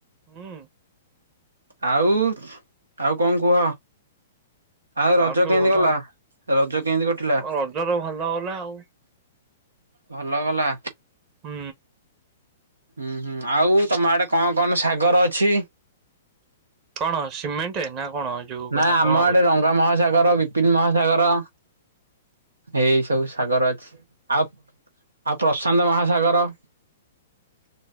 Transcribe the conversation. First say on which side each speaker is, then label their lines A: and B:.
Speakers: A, on the right; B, on the right.
A: ହୁଁ
B: ଆଉ ଆଉ କଣ କୁହ? ଆଉ ରଜ
A: ସବୁ
B: କେମିତି
A: ଭଲ
B: ଗଲା
A: ଆଉ
B: ରଜ କେମିତି କଟିଲା?
A: ରଜର ଭଲ ଗଲା ଆଉ
B: ଭଲ ଗଲା।
A: ହୁଁ
B: ହୁଁ ହୁଁ ଆଉ ତମ ଆଡେ କଣ କଣ ସାଗର ଅଛି?
A: କଣ ସିମେଣ୍ଟ ନା କଣ ଯୋଉ
B: ନା ଆମ
A: କଣ
B: ଆଡେ
A: କହୁଛ?
B: ରଙ୍ଗ ମହଲ ସାଗର ବିପିନ ମହାସାଗର ଏଇ ସବୁ ସାଗର ଅଛି ଆଉ ଆଉ ପ୍ରଶାନ୍ତ ମହାସାଗର।